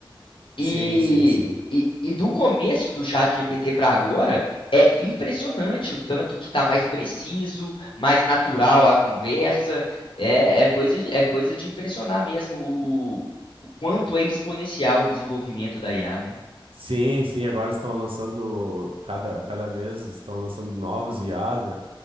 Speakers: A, on the right (about 85°); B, on the left (about 70°).
A: Sim,
B: E,
A: sim, sim.
B: e, e do começo do chat GPT para agora, é impressionante o tanto que está mais preciso, mais natural a conversa. É, é coisa, de- é coisa de impressionar mesmo o, o quanto é exponencial o desenvolvimento da IA, né?
A: Sim, sim, agora eles estão lançando, cada, cada mês estão lançando novas IAs, né?